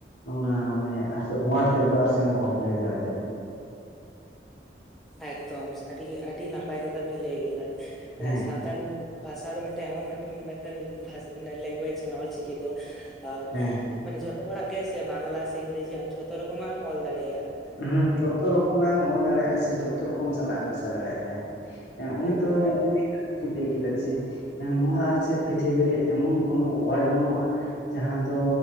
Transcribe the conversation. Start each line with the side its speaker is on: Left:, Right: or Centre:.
Left: ᱚᱱᱟ ᱢᱟᱱᱮ ᱟᱨ ᱪᱮᱫ ᱳᱣᱟᱨᱰ ᱛᱮᱫ ᱫᱚ ᱟᱨ ᱪᱮᱫ ᱮᱢ ᱠᱚᱢᱯᱞᱤᱴ ᱫᱟᱲᱮᱭᱟᱜᱼᱟ᱾
Centre: ᱮᱠᱫᱚᱢ ᱟᱹᱰᱤ ᱜᱮ ᱟᱹᱰᱤ ᱱᱟᱯᱟᱭ ᱠᱟᱛᱷᱟ ᱵᱤᱱ ᱞᱟᱹᱭ ᱠᱮᱫᱟ ᱢᱟᱱᱮ
Left: ᱦᱮᱸ
Centre: ᱥᱟᱱ ᱛᱟᱞ ᱵᱷᱟᱥᱟ ᱫᱚ ᱢᱤᱫᱴᱟᱝ ᱮᱢᱚᱱ ᱢᱤᱫᱴᱟᱝᱼᱢᱤᱫᱴᱟᱝ ᱞᱮᱝᱜᱩᱭᱮᱡᱽ ᱠᱟᱱᱟ ᱚᱞᱪᱤᱠᱤ ᱫᱚᱼᱼ ᱛᱟᱣ
Left: ᱦᱮᱸ
Centre: ᱢᱟᱱᱮ ᱡᱷᱚᱛᱚ ᱦᱚᱲᱟᱜ ᱜᱮ ᱥᱮ ᱵᱟᱝᱞᱟ ᱥᱮ ᱤᱝᱨᱮᱡᱤ ᱟᱢ ᱡᱷᱚᱛᱚ ᱨᱚᱠᱚᱢᱟᱜ ᱮᱢ ᱚᱞ ᱫᱟᱲᱮᱭᱟᱜᱼᱟ᱾
Left: ᱦᱩᱸ ᱡᱷᱚᱛᱚ ᱨᱚᱠᱚᱢᱟᱜ ᱮᱢ ᱚᱞ ᱫᱟᱲᱮᱭᱟᱜᱼᱟ ᱥᱮ ᱡᱷᱚᱛᱚ ᱨᱚᱠᱚᱢ ᱥᱟᱞᱟᱜ ᱮᱢ ᱢᱮᱥᱟ ᱫᱟᱲᱮᱭᱟᱜᱼᱟᱭ᱾ ᱦᱮᱸ ᱚᱱᱤ
Centre: ᱮᱠᱫᱚᱢ
Left: ᱛᱚ
Centre: ᱮᱠᱫᱚᱢ
Left: ᱛᱚ ᱞᱟᱹᱭ ᱠᱮᱫᱟ ᱡᱮ ᱱᱚᱣᱟ ᱟᱨ ᱪᱮᱫ ᱯᱨᱤᱛᱷᱤᱵᱤᱨ ᱨᱮ ᱮᱢᱚᱱ ᱠᱳᱱᱳ ᱳᱣᱟᱨᱰ ᱵᱟᱹᱱᱩᱜᱼᱟ ᱡᱟᱦᱟᱸ ᱫᱚ